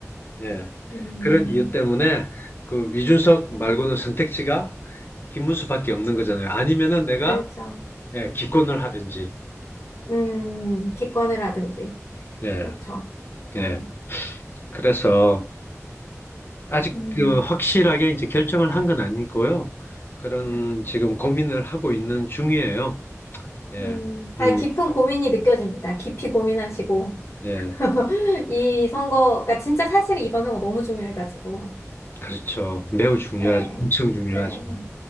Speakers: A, on the left; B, on the left.
A: 예.
B: 음,
A: 그런 이유 때문에 그 이준석 말고는 선택지가 김문수밖에 없는 거잖아요. 아니면은 내가
B: 그렇죠.
A: 예, 기권을 하든지.
B: 음, 기권을 하든지.
A: 예,
B: 그렇죠. 네,
A: 예. 그래서 아직
B: 음,
A: 그 확실하게 이제 결정을 한 건 아니고요. 그런
B: 네.
A: 지금 고민을 하고 있는 중이에요. 예.
B: 음, 아니,
A: 음,
B: 깊은 고민이 느껴집니다. 깊이 고민하시고.
A: 예.
B: <laughs> 이 선거가 진짜 사실 이번 선거 너무 중요해가지고.
A: 그렇죠. 매우 중요하죠.
B: 네,
A: 엄청 중요하죠.
B: 네,